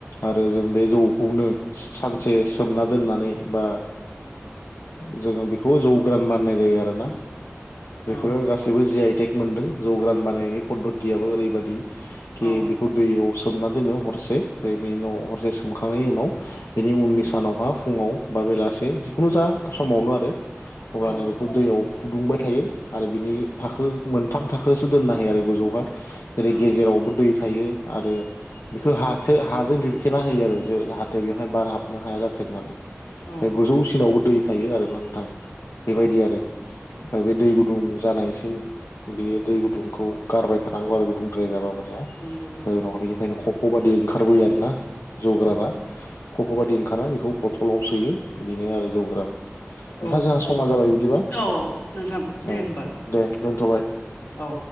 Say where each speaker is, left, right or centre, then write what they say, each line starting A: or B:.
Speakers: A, on the left; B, on the left.
A: आरो जों बे जौखौनो सानसे सोमना दोननानै बा जोङो बेखौ जौगोरान मानिनाय जायो आरोना।
B: औ
A: बेफोरो गासैबो जि आइ टेक मोनदों जौ गोरान बानायनाय पद्धतयाबो ओरैबादि खि
B: औ
A: बेखौ दैयाव सोमना दोनो हरसे ओमफ्राय बेनि उनाव हरसे सोमखांनायनि उनाव बेनि उननि सानावहा फुङाव बा बेलासे जिखुनु जा समावनो आरो अब्लानो
B: औ
A: बेखौ दैयाव फुदुंबाय थायो आरो बिनि थाखो मोनथाम थाखोसो दोननो हायो आरो गोजौआवहा। जेरै
B: औ
A: गेजेरावबो दै थायो आरो बेखौ हा थो हाजों लिरथेना होयो आरो जे जाहाथे बेवहाय बार हाबनो हाया जाथों होननानै। ओमफ्राय
B: औ
A: गोजौसिनावबो
B: नंगौ
A: दै थायो आरोना नोंथां बेबायदि
B: औ
A: आरो ओमफ्राय बे दै गुदुं जानायसिम बेयो दै गुदुंखौ गारबाय थानांगौ आरो गुदुंद्राय जाबा ओमफ्राय
B: नंगौ नंगौ
A: उनाव बेनिखायनो खफ' बायदि ओंखारबोयो आरोना जौ
B: औ
A: गोराना‌ खफ' बायदि ओंखारनाय बेखौ बथलाव सोयो बेनो आरो जौ गोरान। नोंथां
B: औ
A: जोंहा समा जाबाय बिदिबा
B: औ नोंथां दे
A: औ
B: होमबा
A: दे दोनथ'बाय।
B: औ।